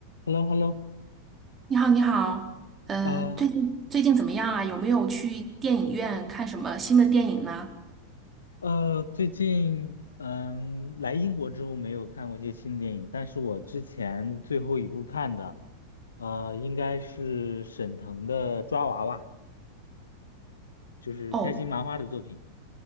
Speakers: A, on the left (about 70°); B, on the right (about 20°).
A: Hello，Hello，
B: 你好，你好，呃，
A: 啊，
B: 最近最近怎么样啊？有没有去电影院看什么新的电影呢？
A: 呃，最近嗯来英国之后没有看过一些新电影，但是我之前最后一部看的，呃，应该是沈腾的《抓娃娃》，就是开心麻花的作品。
B: 哦，